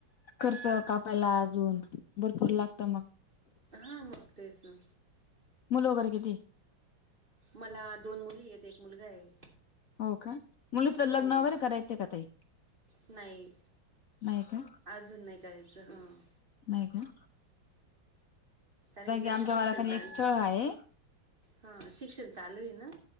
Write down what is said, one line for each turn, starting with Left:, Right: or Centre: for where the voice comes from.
Left: खर्च कापायला अजून भरपूर लागत मग,
Right: हा मग तेच ना.
Left: मुल वैगेरे किती हाय?
Right: मला दोन मुली हे एक मुलगा आहे.
Left: हो का मुलीच लग्न
Right: हो
Left: वगैरे करायचं का ताई?
Right: नाही
Left: नाही का
Right: अजून नाही करायचं हा.
Left: नाही काय.
Right: कारण की त्यांच
Left: आमच्या
Right: शिक्षण
Left: गावाला
Right: चालू
Left: एक स्थळ आहे
Right: हा शिक्षण चालू आहे ना.